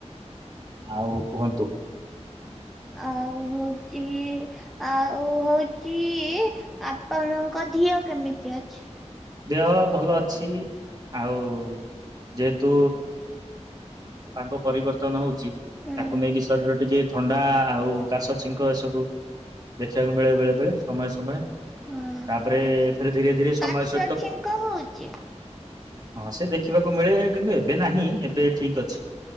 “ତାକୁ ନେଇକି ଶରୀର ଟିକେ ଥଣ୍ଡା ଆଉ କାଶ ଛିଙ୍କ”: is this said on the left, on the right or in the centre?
Right